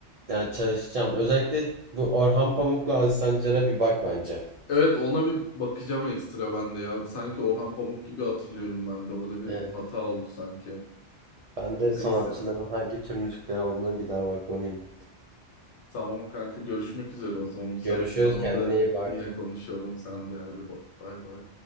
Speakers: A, on the right; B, on the left.
A: Ya çalışacağım. Özellikle bu Orhan Pamuk'la Aziz Sancar'a bir bak bence.
B: Evet ona bir bakacağım ekstra ben de ya. Sanki Orhan Pamuk gibi hatırlıyorum ben de. Orada bir
A: Evet.
B: hata oldu sanki.
A: Ben de
B: Neyse.
A: sanatçıların hangi tür müzikleri olduğuna bir daha bakmalıyım.
B: Tamam kanka görüşmek üzere o zaman. Müsait
A: Görüşürüz.
B: bir zamanda
A: Kendine iyi bak.
B: yine konuşalım sen de. Hadi ba- bay bay.